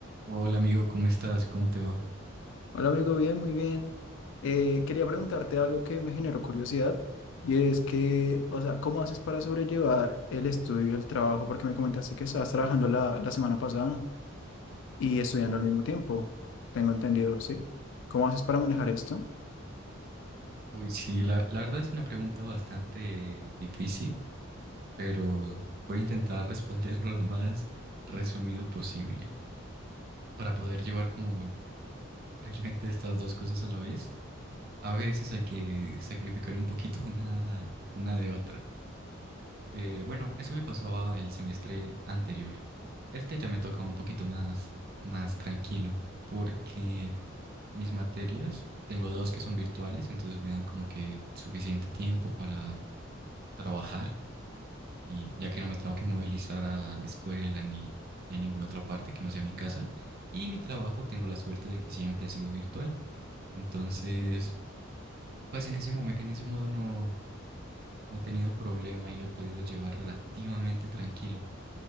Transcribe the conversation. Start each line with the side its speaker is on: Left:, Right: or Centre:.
Right: Hola amigo, ¿cómo estás? ¿Cómo te va?
Left: Hola amigo, bien, muy bien. Eh, quería preguntarte algo que me generó curiosidad y es que, o sea, ¿cómo haces para sobrellevar el estudio y el trabajo? Porque me comentaste que estabas trabajando la, la semana pasada y estudiando al mismo tiempo. Tengo entendido, ¿sí? ¿Cómo haces para manejar esto? <laughs>
Right: Uy, sí, la, la verdad es una pregunta bastante difícil, pero voy a intentar <laughs> responderlo lo más resumido posible para poder llevar como realmente estas dos cosas a la vez. A veces hay que sacrificar un poquito una, una de otra. Eh, bueno, eso me pasaba el semestre anterior. Este ya me tocaba un poquito más, más tranquilo, porque mis materias, tengo dos que son virtuales, entonces me dan como que suficiente tiempo para trabajar, y ya que no me tengo que movilizar a la escuela ni, ni a ninguna otra parte que no sea mi casa, y mi trabajo tengo la suerte de que siempre ha sido virtual. Entonces, pues en ese momen- en ese modo no, no he tenido problema y lo he podido llevar relativamente tranquilo.